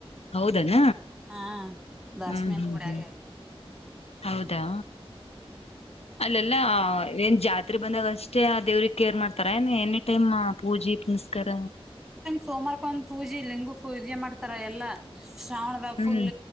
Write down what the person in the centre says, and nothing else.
ಹಾ ದಾಸ್ಮ್ಯಾನ್
ಗುಡಿಯಾಗೆ
ಆಗ್
ಸೋಮಾರಕೊಂದ ಪೂಜಿ ಲಿಂಗು ಪೂಜಿ ಮಾಡ್ತಾರ ಎಲ್ಲಾ ಶ್ರಾವಣದಾಗ್
ಫುಲ್